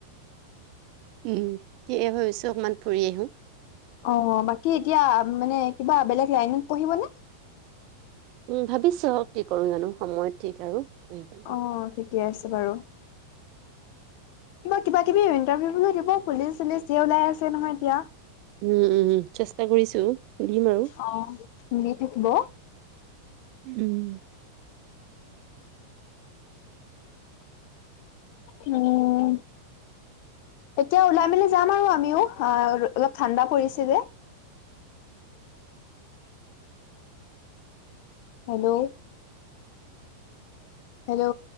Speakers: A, on the right (about 40°); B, on the left (about 45°).
A: উম সেয়ে ভাবিছো অকমান ফুৰি আহো।
B: অ বাকী এতিয়া মানে কিবা বেলেগ লাইনত পঢ়িবনে?
A: উম, ভাবিছো আহক কি কৰো জানো সময়ত ঠিক আৰু। কৰি যাম।
B: অ, ঠিকে আছে বাৰু। কিবা কিবা-কিবি ইণ্টাৰভিউ বুলি দিব পুলিচ- চলিছ ধেই ওলাই আছে নহয় এতিয়া।
A: উম, উম উ চেষ্টা কৰিছো দিম আৰু।
B: অ' দি থাকিব।
A: উম।
B: উম। এতিয়া ওলাই মেলি যাম আৰু আমিও আহ অলপ ঠাণ্ডা পৰিছে যে। হেল্ল'। হেল্ল'।